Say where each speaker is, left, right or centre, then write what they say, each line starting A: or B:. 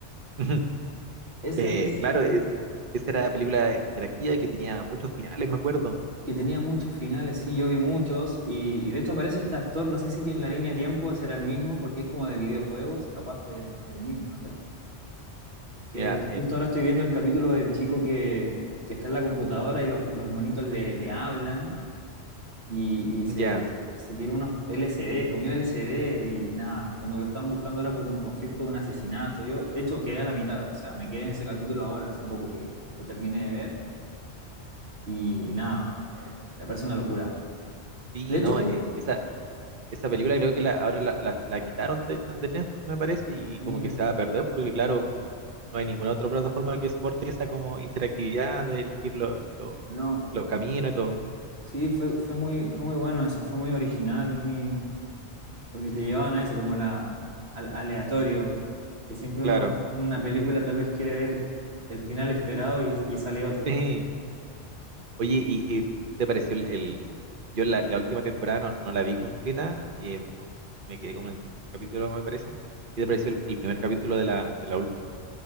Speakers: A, on the right; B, on the right.
A: <laughs>
B: Ese,
A: Eh,
B: ese,
A: claro, es-
B: ese,
A: esa era la película interactiva que tenía muchos finales, me acuerdo.
B: que tenía muchos finales, sí, yo vi muchos, y, y de hecho aparece este actor, no sé si tiene la línea de tiempo, será el mismo, porque es como de videojuegos, capaz el, el mismo, no sé. que,
A: Mira,
B: que
A: en,
B: justo ahora estoy viendo el capítulo del chico que, que está en la computadora y los, los monitos le, le hablan y, y se,
A: Ya,
B: se tira unos L S D comió L S D y nada, como que lo están buscando ahora por un conflicto de un asesinato. Yo, de hecho, quedé a la mitad, o sea, me quedé en ese capítulo ahora, hace poco que lo terminé de ver y, y nada, eh, me parece una locura.
A: sí,
B: De hecho,
A: no,
B: justo,
A: e- esa, esa película creo que la, ahora la, la, la quitaron de, de Netflix, me parece, y
B: mira,
A: como que se va a perder, porque claro, no, no hay ninguna otra plataforma que soporte esa como interactividad de elegir lo- lo-
B: no,
A: los caminos y todo.
B: sí, fue, fue muy, fue muy bueno eso, fue muy original, muy... porque te llevaban a eso, como la, al aleatorio, que siempre
A: Claro,
B: uno, una película tal vez quiere ver el final esperado y, y sale otro.
A: <laughs> sí. Oye, ¿y, y qué te pareció el, el- Yo la, la última temporada no, no la vi completa, y eh, me quedé como en el tercer capítulo, me parece. ¿Qué te pareció el, el primer capítulo de la, de la última?